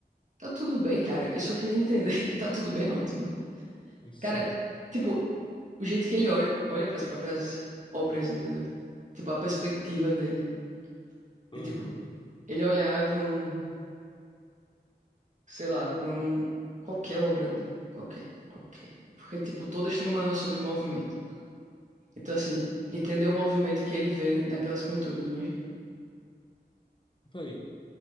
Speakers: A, on the right; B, on the left.
A: tá tudo bem, cara. Eu só queria entender. <laughs> Tá tudo bem, é ótimo, né?
B: Sim.
A: Cara, tipo, o jeito que ele olha, olha para as próprias obras, entendeu? Tipo, a perspectiva dele.
B: Aham.
A: De, tipo, ele olhar pra um, sei lá, pra um, qualquer obra dele. Qualquer, qualquer. Porque, tipo, todas têm uma noção de movimento. Então, assim, entender o movimento que ele vê naquelas pinturas, manja?
B: Véi,